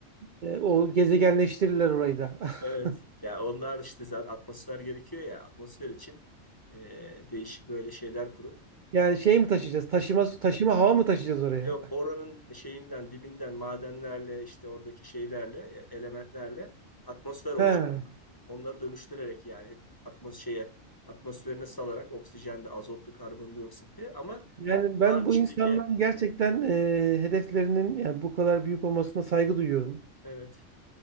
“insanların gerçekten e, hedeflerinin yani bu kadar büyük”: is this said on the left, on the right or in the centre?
Right